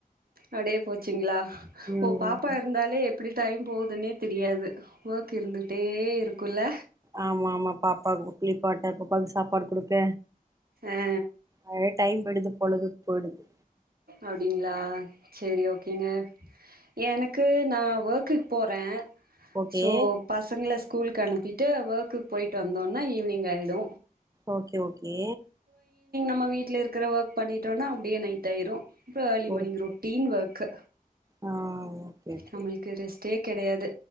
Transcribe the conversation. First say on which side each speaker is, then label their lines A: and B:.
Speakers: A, on the right; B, on the right.
A: அப்டியே போச்சுங்களா?
B: ம்
A: ஓ பாப்பா இருந்தாலே எப்டி டைம் போதுன்னே தெரியாது. ஒர்க் இருந்துட்டே இருக் கு இல்ல?
B: ஆமா ஆமா பாப்பாவுக்கு குளிப்பாட் ட பாப்பாக்கு சாப்பாடு குடுக்க
A: ஆ
B: அது டைம் போய்டுது பொழுது போய்டுது
A: அப்டிங்களா செரி ஓகேங்க. எனக் கு நான் ஒர்க்குக்கு போறே
B: ஓகே
A: சோ பசங்கள ஸ்கூலுக்கு அனுப்பிட்டு ஒர்க்குக்கு போயிட்டு வந்தோன்னா ஈவினிங் ஆயிடு
B: ஓகே ஓகே
A: ம வீட்ல இருக்கற ஒர்க் பண்ணிட்டோன்னா அப்டியே நை ட்டாயிரு அப்றோ early morning
B: okay
A: routine work
B: ஆ ஓகே ஓகே
A: நம்மளுக்கு ரெஸ் ட்டே கெடையாது